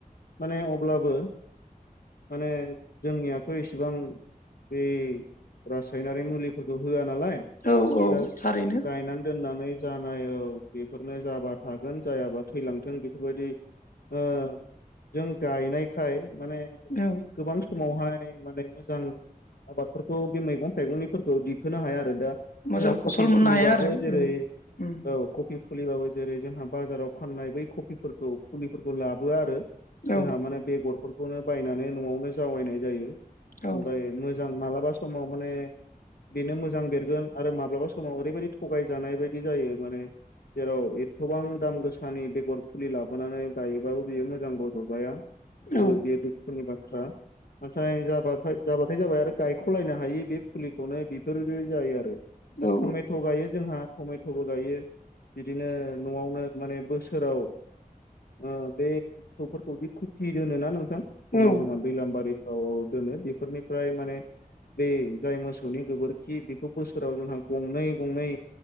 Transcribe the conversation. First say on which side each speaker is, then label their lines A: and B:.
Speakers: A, on the left; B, on the left.
A: माने अब्लाबो माने जोंनियाथ' इसेबां बे रासायनारि मुलिफोरखौ होआ नालाय
B: औ औ
A: जास
B: थारैनो
A: गायना दोननानै जानाय औ बेफोरनो जाबा थागोन जायाबा थैलांथों बेफोरबायदि ओ जों गायनायखाय माने
B: औ
A: गोबां स मावहाय माने मोजां आबादफोरखौ बे मैगं थाइगंनिफोरखौ दिखोनो हाया आरो दा
B: मोजां
A: जोंहा
B: फसल
A: कफि
B: मोननो
A: फुलिबाबो
B: हाया आरो
A: जेरै
B: औ उम
A: औ कफि फुलिबाबो जेरै जोंहा बाजाराव फाननाय बै कफिफोरखौ फुलिफोरखौ लाबोआ आरो जोंहा
B: औ
A: माने बेगरफोरखौनो बायनानै न'आवनो जावायनाय जायो
B: औ
A: ओमफ्राय मो जां मालाबा समाव माने बेनो मोजां बेरगोन आरो माब्लाबा समाव ओरैबायदि थगायजानाय बायदि जायो माने जेराव एथबां दाम गोसानि बेगर फुलि लाबोनानै गायोबाबो बियो मोजां रज'जाया जोबोद
B: औ
A: बेयो दुखुनि बाथ्रा नाथाय जा जाबाथाय जाबाय आरो गायख'लायनो हायि बे फुलिखौनो बेफोरदि जायो आरो। दा
B: औ
A: टमेट' गायो जोंहा टमेट'बो गायो बिदिनो न'आवनो माने बोसोराव ओ बे मोसौफोरखौ बि खुथि दोनोना नोंथां जमा
B: औ
A: जमा लामबारिफ्राव दोनो बेफोरनिफ्राय माने बे जाय मोसौनि गोबोरखि बेखौ बोसोराव जोंहा गंनै गंनै